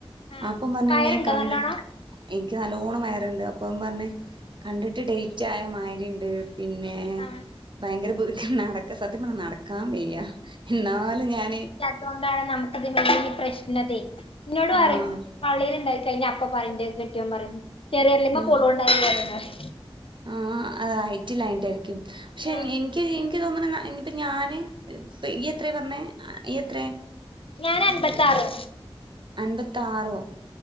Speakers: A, on the left (about 70°); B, on the right (about 55°).
A: ആഹ്
B: അപ്പം പറഞ്ഞമ്മേ
A: വയറുണ്ടോ
B: കണ്ടിട്ട്-
A: നല്ലോണം
B: എനിക്ക് നല്ലോണം വയറുണ്ട് അപ്പം പറഞ്ഞ് കണ്ടിട്ട് ഡേറ്റ് ആയ മായിരി ഉണ്ട് പിന്നെ
A: ആഹ്
B: ഭയങ്കര ബു <unintelligible> ക്കം നടക്ക സത്യം പറഞ്ഞാൽ നടക്കാൻ വയ്യ എന്നാലും ഞാന് -
A: അതുകൊണ്ടാണ് നമുക്ക്‌ ഇത് വലിയ പ്രശ്നംതേ എന്നോട്
B: ആഹ്
A: പറയും പള്ളിൽ ഉണ്ടാ - കഴിഞ്ഞ അപ്പ പറയും എന്റെ കെട്ടിയോൻ പറിയും ചെറിയ <unintelligible> ര്ലു <unintelligible> മ്മെ
B: ആഹ്
A: പൊളൂന്ണ്ടായ പോലേണ്ന്ന്പറിം.
B: ആഹ് അത് ഹൈറ്റ് ഇല്ലാഞ്ഞിട്ടായിരിക്കും പക്ഷെ
A: ആഹ്
B: എനി എനിക്ക് എനിക്ക് തോന്ന്ണ ഇനിപ്പം ഞാന് ഇപ്പ ഇയ്യ് എത്ര പറഞ്ഞത് ഈ എത്രയാ -
A: ഞാൻ അൻമ്പത്ത് ആറ്
B: അൻപത്താറോ